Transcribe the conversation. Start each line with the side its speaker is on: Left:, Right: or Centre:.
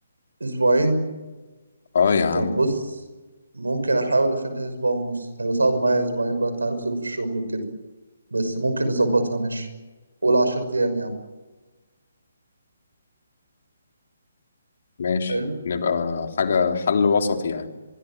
Right: اسبوعين
Left: آه يا عم
Right: طب بص ممكن احاول اخليها اسبوع ونص هيبقى صعب معايا اسبوعين بقى انت عارف ظروف الشغل وكده بس ممكن نظبطها ماشي قول 10 ايام يا عم
Left: ماشي
Right: حلو
Left: نبقى حاجة حل وسط يعني